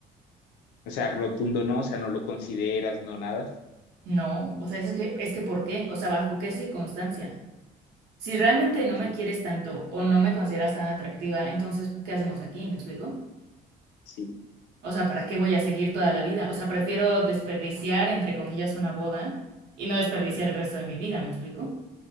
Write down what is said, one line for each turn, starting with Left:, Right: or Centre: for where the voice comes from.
Left: O sea, rotundo no, o sea, no lo consideras, no nada.
Right: no. O sea, es que, es que ¿por qué? O sea, ¿bajo qué circunstancia? Si realmente
Left: Ok,
Right: no me quieres tanto o no me consideras tan atractiva, entonces, ¿qué hacemos aquí? ¿Me explico?
Left: sí,
Right: O sea, ¿para qué voy a seguir toda la vida? O sea, prefiero desperdiciar, entre comillas, una boda y no desperdiciar el resto de mi vida, ¿me explico?